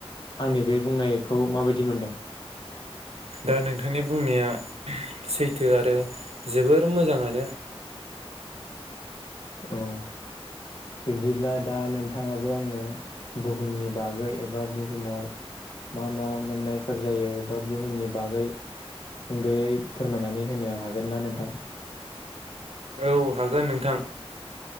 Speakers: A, on the left (about 50°); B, on the right (about 80°).
A: आंनि बे बुंनायखौ माबायदि मोनदों?
B: दा नोंथांनि बुंनाया सैथो आरो जोबोर मोजाङानो।
A: अ बिब्दिब्ला दा नोंथाङाबो आंनो बुहुमनि बागै एबा बुहुमाव मा मा मोननायफोर जायो एबा बुहुमनि बागै सुंद'यै फोरमायनानै होनो हागोन ना नोंथां?
B: औ हागोन नोंथां।